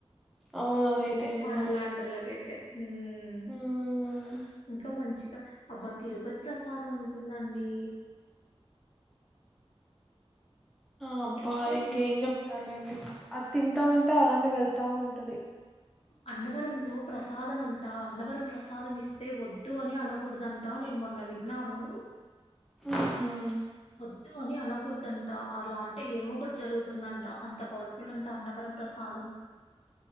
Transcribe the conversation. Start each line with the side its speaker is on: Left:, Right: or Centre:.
Centre: అవును అదైతే
Left: మ్మ్
Centre: నిజం
Left: మనలాంటోల్లకైతే హ్మ్
Centre: హ్మ్
Left: ఇంకా మంచి అబ్బత్ తిరుపత్ ప్రసాదం ఉంటుందండి.
Centre: ఆ అబ్బా
Left: ఎప్పుడైనా
Centre: అది ఇంకేం చెప్తారులేండి. అది
Left: ఆ!
Centre: తింటా ఉంటే అలానేం. వెళ్తా ఉంటది.
Left: అన్నవరంలో ప్రసాదం అంటా అన్నవ్ వరం ప్రసాదం ఇస్తే వద్దు అని ఏ అనకూడదంటా నేను మొన్న విన్నాను.
Centre: ఉహు
Left: వద్దు అని అనకూడదంటా. అలా అంటే ఏమో ఒకటి జరుగుతుందంట అంత పవర్ఫుల్ అంట అన్నపరం ప్రసాదం.